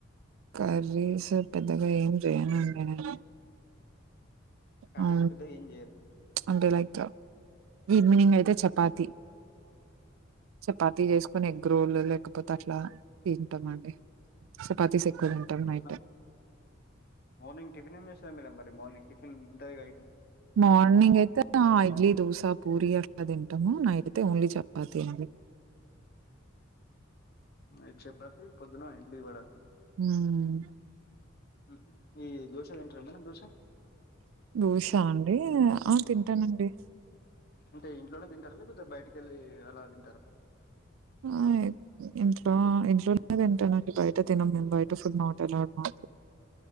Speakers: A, on the right (about 75°); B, on the left (about 50°).
A: కర్రీస్ పెద్దగా ఏం జేయనునండి నేను
B: కర్రీస్
A: ఆ
B: పెద్దగా ఏం చేయరు
A: అంటే లైక్ ఈవ్నింగ్ అయితే చెపా చెపాతి చెపాతి తీసేసుకొని ఎగ్ రోల్ లేకపోతే అట్లా తింటామండి చపాతీస్ ఎక్కువ
B: అచ్చా
A: తింటాం
B: పొద్దున
A: నైట్
B: మార్నింగ్ టిఫినేం చేశారు మేడం మరి మార్నింగ్ టిఫన్ ఉంటాయిగా
A: మార్నింగ్ అయితే ఇడ్లీ దోసా పూరి అ తింటాము నైట్తై ఓన్లీ చపాతి అండి
B: నేట్ చపాతి పొద్దున ఇడ్లీ వడ
A: హ్మ్
B: ఉహ్ ఈ దోశ తిట్టారా మేడం దోశ
A: దోశ అండి ఆ తింటానండి
B: అంటే ఇంట్లోనే తింటారా లేకపోతే బయటికెళ్ళి అలా తింటారా
A: ఆ ఇంట్లో ఇంట్లోనే తింటానండి బయట తినం మేము బయట ఔటర్ ఫుడ్ నాట్ అల్లవడ్ మాకు